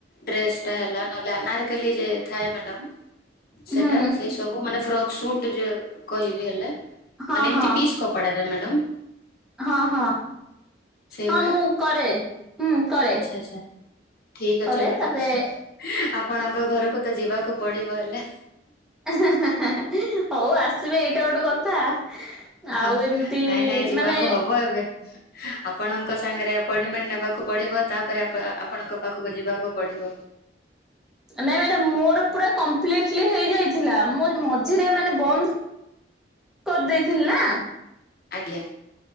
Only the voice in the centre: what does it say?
ହୁଁ
ହଁ
ହଁ
ହଁ ହଁ
ହଁ ମୁଁ କରେ ହୁଁ କରେ।
କରେ
ତାପରେ
ହେଁ ହେଁ ହଉ ଆସିବେ ଏଇଟା ଗୋଟେ କଥା।
ଆଉ ଏମିତି
ମାନେ
ନାଇଁ ମ୍ୟାଡାମ ମୋର ପୁରା କମ୍ପ୍ଲିଟଲି ହେଇଯାଇଥିଲା ମୁଁ ମଝିରେ ମାନେ ବନ୍ଦ
କରିଦେଇଥିଲି ନା।